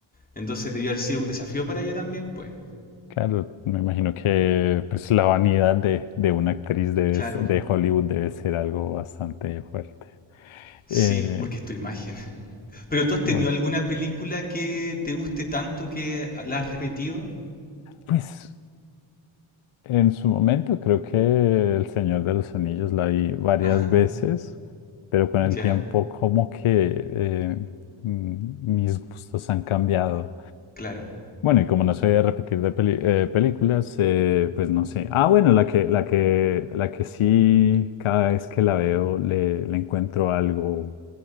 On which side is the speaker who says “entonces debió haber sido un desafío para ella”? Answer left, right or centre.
Left